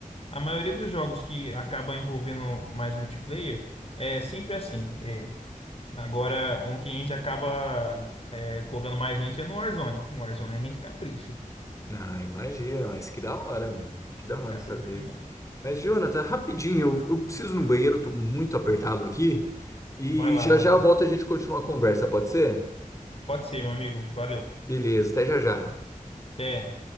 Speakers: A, on the left; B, on the left.
A: A maioria dos jogos que acaba envolvendo mais multiplayer é sempre assim. É. Agora, um que a gente acaba é, colocando mais gente é no Warzone. No Warzone a gente capricha.
B: Ah, imagina, mas que da hora, mano. Que da hora
A: Capricha
B: saber.
A: legal.
B: Mas, Jonathan, é rapidinho, eu, eu preciso ir no banheiro, eu tô muito apertado aqui. E
A: Vai lá,
B: já
A: mano.
B: já volta a gente continuar a conversa, pode ser?
A: Pode ser, meu amigo. Valeu.
B: Beleza, até já já.
A: Até.